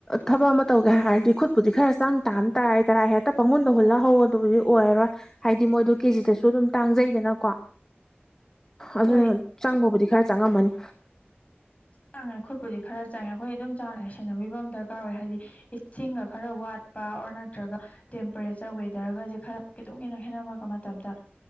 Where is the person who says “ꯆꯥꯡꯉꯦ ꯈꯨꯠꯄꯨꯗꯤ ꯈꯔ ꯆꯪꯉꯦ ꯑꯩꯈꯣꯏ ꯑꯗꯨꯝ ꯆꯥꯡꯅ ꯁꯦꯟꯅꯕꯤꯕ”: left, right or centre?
Left